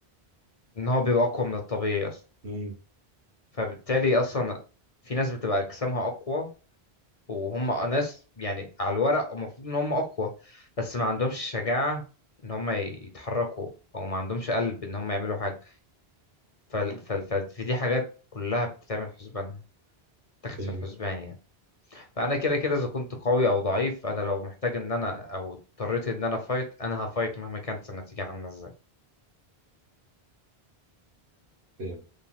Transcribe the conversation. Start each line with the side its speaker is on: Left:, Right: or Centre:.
Left: ان هو بيبقى اقوى من الطبيعي اصلا
Right: امم
Left: فبالتالي اصلا في ناس بتبقى اجسامها اقوى وهم ناس يعني على الورق المفروض ان هم اقوى بس ما عندهمش شجاعة ان هم يتحركوا او ما عندهمش قلب ان هم يعملوا حاجة فال- فال- فال- فدي حاجات كلها بتتعمل حسبانها تاخد
Right: فاهم
Left: في الحسبان يعني فانا كده كده اذا كنت قوي او ضعيف انا لو محتاج ان انا او اضطريت ان انا فايت انا هفايت مهما كانت النتيجة عاملة ازاي
Right: فاهم